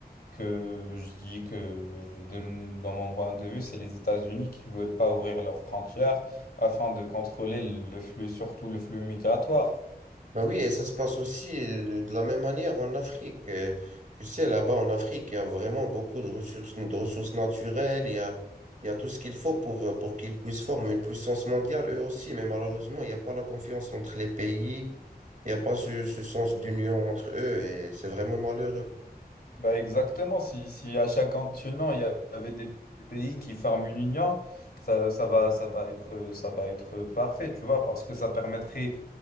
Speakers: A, on the left; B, on the right.
A: que je dis que de m- dans mon point de vue, c'est les États-Unis qui veulent pas ouvrir leurs frontières afin de contrôler le flux, surtout le flux migratoire.
B: Ben oui, et ça se passe aussi euh, de la même manière en Afrique. Euh, Tu sais, là-bas en Afrique, il y a vraiment beaucoup de ressources, de ressources naturelles. Il y a, il y a tout ce qu'il faut pour, euh, pour qu'ils puissent former une puissance mondiale, eux aussi. Mais malheureusement, il n'y a pas la confiance entre les pays. Il n'y a pas ce, ce sens d'union entre eux. Et c'est vraiment malheureux.
A: Bah exactement, si, si à chaque continent, il y avait des pays qui forment une union, ça, ça va, ça va être, ça va être parfait, tu vois, parce que ça permettrait